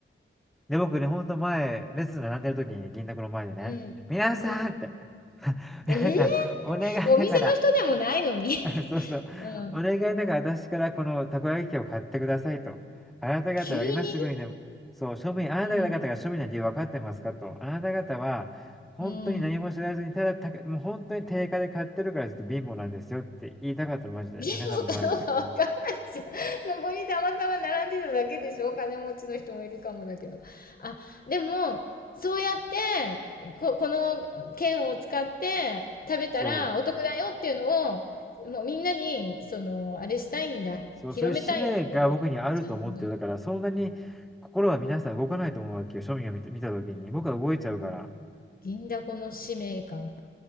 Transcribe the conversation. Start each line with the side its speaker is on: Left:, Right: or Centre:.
Centre: で、僕ね、ほんと前、列並んでる時に銀だこの前でね、
Left: うん。
Centre: 皆さんって、
Left: うん。
Centre: <laughs> 皆さん、
Left: えー、
Centre: お願いだから、
Left: お店の人でもないのに。
Centre: <laughs> そうそう、
Left: <laughs> うん。
Centre: お願いだから私からこのたこ焼き器を買ってくださいと。あなた方は今すぐにね、
Left: 急に
Centre: そう、庶民、あなた方が庶民な理由分かってますかと。
Left: うん。
Centre: あなた方は、本当に何も知らずに、
Left: うん。
Centre: ただた、もう本当に定価で買ってるからちょっと貧乏なんですよって言いたかったの、マジで。
Left: ゲームかどうかわかんないじゃん。
Centre: 皆さんの前で。
Left: <laughs> そこにたまたま並んでただけでしょ金持ちの人もいるかもだけど。あ、でも、そうやって、こ、この券を使って食べたらお得だよっていうのを、
Centre: そう。
Left: もうみんなに、その、あれしたいんだ。
Centre: そう、
Left: 広めたいとか思っちゃうんだ。
Centre: そういう使命が僕にあると思ってる。だから、そんなに心は皆さん動かないと思うわけよ、庶民が見た見た時に。僕は動いちゃうから。
Left: 銀だこの使命感。